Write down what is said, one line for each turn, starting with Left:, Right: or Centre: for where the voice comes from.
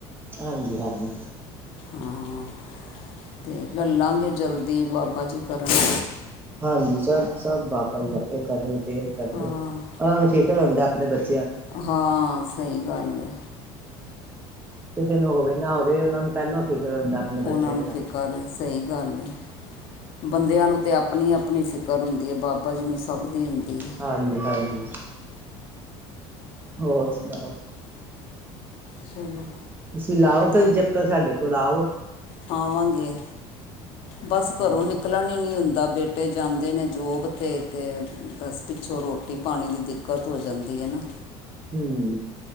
Right: ਹਾਂਜੀ-ਹਾਂਜੀ
Left: ਹਾਂ ਤੇ ਲਲਾਂਗੇ ਜਲ <unintelligible> ਬਾਬਾ ਜੀ ਕਰਨ
Right: ਹਾਂਜੀ ਚ ਸਭ ਬਾਬਾ ਜੀ ਆਪੇ ਕਰਨਗੇ। ਕਰ
Left: ਹਾਂ
Right: ਉਹਨਾਂ ਨੂੰ ਫੇਰ ਘਰਉਂਦੇ ਆਪਣੇ ਬੱਚੇ
Left: ਹਾਂ। ਸਹੀ ਗੱਲ ਹੈ।
Right: ਕਿਸੇ ਨੂੰ ਹੋਵੇ ਨਾ ਹੋਵੇ ਉਹਨਾਂ ਨੂੰ ਪਹਿਲਾਂ ਫਿਕਰ ਹੁੰਦਾ ਆਪਣੇ
Left: ਉਹਨਾਂ
Right: ਬੱਚਿਆਂ
Left: ਨੂੰ
Right: ਦਾ।
Left: ਫਿਕਰ ਸਹੀ ਗੱਲ ਹੈ ਬੰਦਿਆਂ ਨੂੰ ਤੇ ਆਪਣੀ ਆਪਣੀ ਫ਼ਿਕਰ ਹੁੰਦੀ ਹੈ ਬਾਬਾ ਜੀ ਨੂੰ ਸਭ ਦੀ ਹੈ
Right: ਹਾਂਜੀ ਹਾਂਜੀ ਹੋਰ ਸੁਣਾਓ
Left: ਚਲੋ।
Right: ਤੁਸੀਂ ਲਾਓ ਕਦੇ ਚੱਕਰ ਸਾਡੇ ਕੋਲ ਆਓ।
Left: ਪਾਵਾਂਗੇ। ਬਸ ਘਰੋਂ
Right: ਹਾਂ
Left: ਨਿਕਲਣ ਨੀ ਹੁੰਦਾ। ਦਾਂ ਬੇਟੇ ਜਾਂਦੇ ਨੇ ਜੋਬ 'ਤੇ ਅਤੇ ਬਸ ਪਿੱਛੋਂ ਰੋਟੀ ਪਾਣੀ ਦੀ ਦਿੱਕਤ ਹੋ ਜਾਂਦੀ ਹੈ ਨਾ।
Right: ਹਮ।